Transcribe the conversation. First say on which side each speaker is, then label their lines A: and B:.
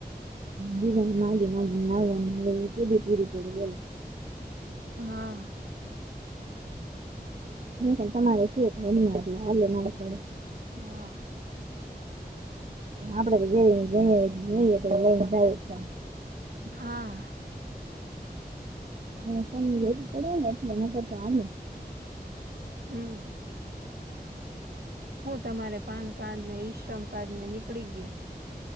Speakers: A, on the right (about 50°); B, on the right (about 70°).
A: બીજા માગી માગી ન આવે એવુ કેદી પૂરું પડે બોલો
B: હા.
A: એ તમારે શેર હાલે મારે પડે
B: હા.
A: આપડે જેઇ તો જોઈએ એજ <unintelligible>
B: હા.
A: એ ફોન લેવી પડે ને એટલે ન કરતો હાલે
B: હમ્મ. સૂ તમારે પાન કાર્ડ ને ઈશ્રમ કાર્ડ ને નીકળી ગયું